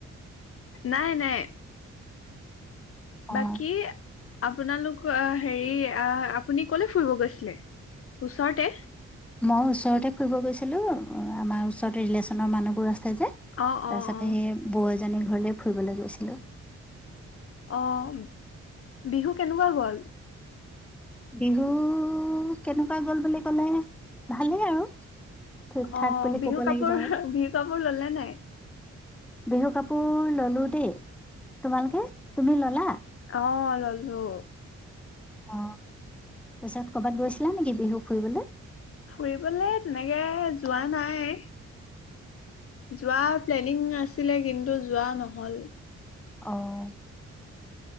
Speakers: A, on the left; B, in the centre.
A: নাই নাই।
B: অ
A: বাকী আপোনালোক আ হেৰি আ- আ আপুনি ক'লে ফুৰিব গৈছিলে, ওচৰতে।
B: মই ওচৰতে ফুৰিব গৈছিলো, আমাৰ ওচৰত ৰিলেশ্যনৰ মানুহবোৰ আছ যে তাৰপিছতে
A: অ অ অ
B: সেই বৌ এজনী ঘৰলে ফুৰিবলৈ গৈছিলো।
A: অঁ, বিহু কেনেকুৱা গ'ল।
B: বিহু, কেনেকুৱা গ'ল বুলি ক'লে ভালেই আৰু। ঠিক ঠাক
A: অঁ
B: বুলি
A: বিহু
B: ক'ব
A: কাপোৰ-বিহু
B: লাগিব আৰু
A: কাপোৰ ল'লে নাই।
B: বিহু কাপোৰ ল'লো দেই, তোমালোকে তুমি ল'লা।
A: অঁ ললো।
B: অঁ তাৰপিছত কৰ'বাত গৈছিলা নেকি বিহু ফুৰিবলৈ।
A: ফুৰিবলৈ তেনেকে যোৱা নাই। যোৱা প্লেনিং আছিলে কিন্তু যোৱা নহ'ল।
B: অঁ